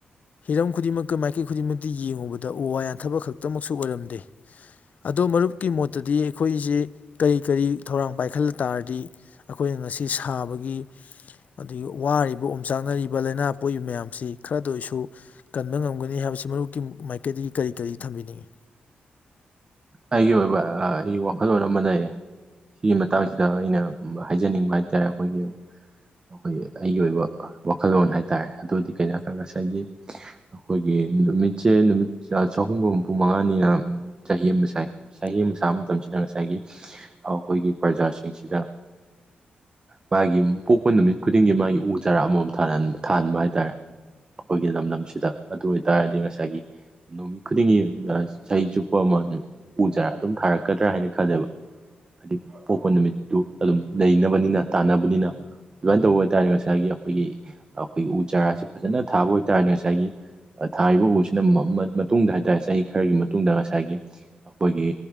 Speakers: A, on the left; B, on the right.
A: ꯍꯤꯔꯝ ꯈꯨꯗꯤꯡꯃꯛꯀ ꯃꯥꯏꯀꯩ ꯈꯨꯗꯤꯡꯃꯛꯇꯤ ꯌꯦꯡꯉꯨꯕꯗ ꯎ ꯋꯥ ꯌꯥꯟ ꯊꯕꯛ ꯈꯛꯇꯃꯛꯁꯨ ꯑꯣꯏꯔꯝꯗꯦ ꯑꯗꯣ ꯃꯔꯨꯞꯀꯤ ꯃꯣꯠꯇꯗꯤ ꯑꯩꯈꯣꯏꯁꯤ ꯀꯔꯤ ꯀꯔꯤ ꯊꯧꯔꯥꯡ ꯄꯥꯏꯈꯠ ꯇꯥꯔꯗꯤ ꯑꯩꯈꯣꯏꯅ ꯉꯁꯤ ꯁꯥꯕꯒꯤ ꯑꯗꯨꯏ ꯋꯥꯔꯤꯕ ꯑꯣꯝꯆꯥꯛꯅꯔꯤꯕ ꯂꯥꯏꯅꯥ ꯄꯣꯛꯏꯕ ꯃꯌꯥꯝꯁꯤ ꯈꯔꯗ ꯑꯣꯏꯁꯨ ꯀꯟꯕ ꯉꯝꯒꯅꯤ ꯍꯥꯏꯕꯁꯤ ꯃꯔꯨꯞꯀꯤ ꯃꯥꯏꯀꯩꯗꯒꯤ ꯀꯔꯤ ꯀꯔꯤ ꯊꯝꯕꯤꯅꯤꯡꯉꯤ
B: ꯑꯩꯒꯤ ꯑꯣꯏꯕ ꯑꯩꯒꯤ ꯋꯥꯈꯜꯂꯣꯟ ꯑꯃ ꯂꯩꯌꯦ ꯁꯤꯒꯤ ꯃꯇꯥꯡꯁꯤꯗ ꯑꯩꯅ ꯍꯥꯏꯖꯅꯤꯡꯕ ꯍꯥꯏ ꯇꯥꯔꯦ ꯑꯩꯈꯣꯏꯒꯤ ꯑꯩꯈꯣꯏꯒꯤ ꯑꯩꯒꯤ ꯑꯣꯏꯕ ꯋꯥꯈꯜꯂꯣꯟ ꯍꯥꯏ ꯇꯥꯔꯦ ꯑꯗꯨꯗꯤ ꯀꯩꯅꯣ ꯍꯥꯏꯀꯥꯟ ꯉꯁꯥꯏꯒꯤ ꯑꯩꯈꯣꯏꯒꯤ ꯅꯨꯃꯤꯠꯁꯦ ꯅꯨꯃꯤꯠ ꯆꯍꯨꯝꯒ ꯍꯨꯝꯐꯨ ꯃꯉꯥꯅꯤꯅ ꯆꯍꯤ ꯑꯃ ꯆ ꯉꯁꯥꯏ ꯆꯍꯤ ꯑꯃ ꯁꯥꯕ ꯃꯇꯝꯁꯤꯗ ꯉꯁꯥꯏꯒꯤ ꯑꯩꯈꯣꯏꯒꯤ ꯄ꯭ꯔꯖꯥꯁꯤꯡꯁꯤꯗ ꯃꯥꯒꯤ ꯄꯣꯛꯄ ꯅꯨꯃꯤꯠ ꯈꯨꯗꯤꯡꯒꯤ ꯃꯥꯒꯤ ꯎ ꯆꯥꯔꯥ ꯑꯃꯃꯝ ꯊꯥꯍꯟꯕ ꯍꯥꯏꯇꯥꯔꯦ ꯑꯩꯈꯣꯏꯒꯤ ꯂꯝꯗꯝꯁꯤꯗ ꯑꯗꯨ ꯑꯣꯏꯇꯥꯔꯗꯤ ꯉꯁꯥꯏꯒꯤ ꯅꯨꯃꯤꯠ ꯈꯨꯗꯤꯡꯒꯤ ꯆꯍꯤ ꯆꯨꯞꯄ ꯑꯃ ꯎ ꯆꯥꯔꯥ ꯑꯗꯨꯝ ꯊꯥꯔꯛꯀꯗ꯭ꯔꯥ ꯍꯥꯏꯅ ꯈꯜꯂꯦꯕ ꯍꯥꯏꯗꯤ ꯄꯣꯛꯄ ꯅꯨꯃꯤꯠꯇꯨ ꯑꯗꯨꯝ ꯂꯩꯅꯕꯅꯤꯅ ꯇꯥꯟꯅꯕꯅꯤꯅ ꯑꯗꯨꯃꯥꯏꯅ ꯇꯧꯕ ꯑꯣꯏꯇꯥꯥꯔꯗꯤ ꯉꯁꯥꯏꯒꯤ ꯑꯩꯈꯣꯏꯒꯤ ꯑꯩꯈꯣꯏꯒꯤ ꯎ ꯆꯥꯔꯥꯁꯦ ꯐꯖꯅ ꯊꯥꯕ ꯑꯣꯏ ꯇꯥꯔꯗꯤ ꯉꯁꯥꯏꯒꯤ ꯊꯥꯔꯤꯕ ꯎꯁꯤꯅ ꯃꯇꯨꯡꯗ ꯍꯥꯏꯇꯥꯥꯔꯦ ꯆꯍꯤ ꯈꯔꯒꯤ ꯃꯇꯨꯡꯗ ꯉꯁꯥꯏꯒꯤ ꯑꯩꯈꯣꯏꯒꯤ